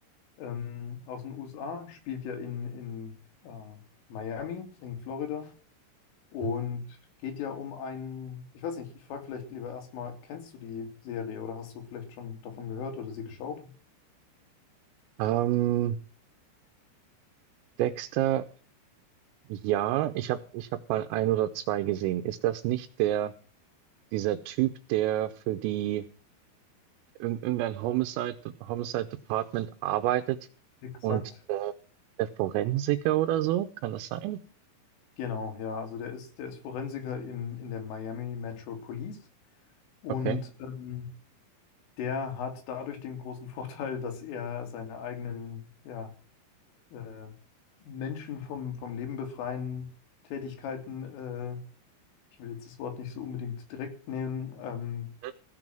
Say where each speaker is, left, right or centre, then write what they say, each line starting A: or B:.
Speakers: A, on the left; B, on the right.
A: ähm, aus den USA. Spielt ja in, in äh, Miami, in Florida. Und
B: Hm?
A: geht ja um einen, ich weiß nicht, ich frage vielleicht lieber erstmal, kennst du die Serie oder hast du vielleicht schon davon gehört oder sie geschaut?
B: Ähm, Dexter, ja, ich habe ich hab mal ein oder zwei gesehen. Ist das nicht der, dieser Typ, der für die irg- irgendein Homicide, Homicide Department arbeitet
A: Exakt.
B: und äh, der Forensiker oder so, kann das sein?
A: Genau, ja. Also der ist, der ist Forensiker im, in der Miami Metro Police. Und
B: Okay.
A: ähm, Der hat dadurch den großen Vorteil, dass er seine eigenen, ja, äh, Menschen vom, vom Leben befreien Tätigkeiten, äh, ich will jetzt das Wort nicht so unbedingt direkt nehmen, ähm,
B: Mhm.